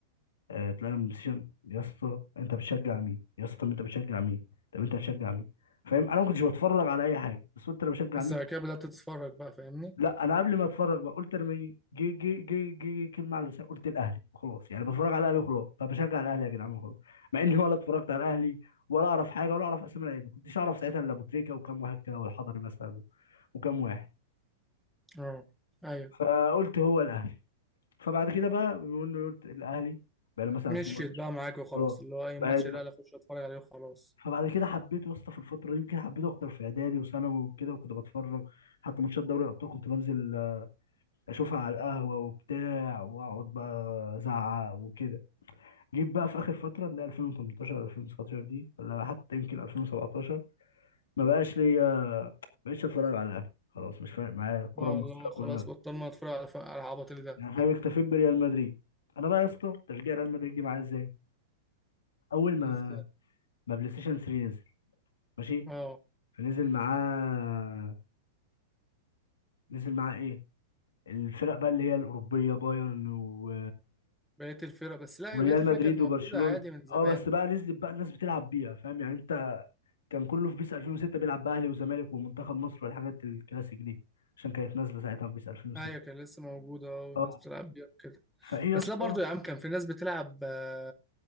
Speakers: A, on the left; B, in the centre.
A: آه، طلعنا من السيشن يا اسطى انت بتشجع مين يا اسطى طب انت بتشجع مين طب انت بتشجع مين فاهم انا ما كنتش بتفرج على اي حاجه بس قلت انا بشجع
B: بس
A: مين
B: بعد كده بدأت تتفرج بقى فاهمني
A: لا انا قبل ما اتفرج بقى قلت لما يجي- جه جه جه جه جه كلمه على لساني قلت الاهلي وخلاص يعني بتفرج على الاهلي وخلاص فبشجع الاهلي يا جدعان وخلاص مع اني ولا اتفرجت على الاهلي ولا اعرف حاجه ولا اعرف اسامي لعيبه ما كنتش اعرف ساعتها الا ابو تريكه وكام واحد كده والحضري مثلا وكام واحد
B: اه ايوه
A: فقلت هو الاهلي فبعد كده بقى بما اني قلت الاهلي بقى لي مثلا
B: مشيت
A: في ماتش
B: بقى معاك وخلاص
A: اه
B: اللي هو اي
A: بقى
B: ماتش الاهلي اخش اتفرج عليه وخلاص
A: فبعد كده حبيته يا اسطى في الفتره دي يمكن حبيته اكتر في اعدادي وثانوي وكده وكنت بتفرج حتى ماتشات دوري الابطال كنت بنزل آه، اشوفها على القهوه وبتاع واقعد بقى ازعق وكده جيت بقى في اخر فتره اللي هي 2018 2019 دي ولا حتى يمكن 2017 ما بقاش ليا ما بقتش اتفرج على الاهلي خلاص مش فارق معايا الكره
B: اه
A: المصريه
B: اللي هو خلاص
A: كلها
B: بطلنا نتفرج على ف- على العبط اللي ده
A: يعني فاهم اكتفيت بريال مدريد انا بقى يا اسطى تشجيع ريال مدريد جه معايا ازاي اول ما
B: ازاي
A: ما بلاي ستيشن 3 نزل ماشي
B: اه
A: فنزل معاه نزل معاه ايه الفرق بقى اللي هي الأوروبية بايرن و...
B: بقيت الفرق بس لا
A: وريال
B: بقيت الفرق
A: مدريد
B: كانت موجوده
A: وبرشلونة
B: عادي من زمان
A: اه بس بقى نزلت بقى الناس بتلعب بيها فاهم يعني انت كان كله في بيس 2006 بيلعب بقى اهلي وزمالك ومنتخب مصر والحاجات الكلاسيك دي عشان كانت نازلة ساعتها في بيس 2006
B: ايوه كان لسه موجوده اه والناس
A: اه
B: بتلعب بيها كده
A: فايه يا
B: بس
A: اسطى
B: لا برضو يا عم كان في ناس بتلعب آه،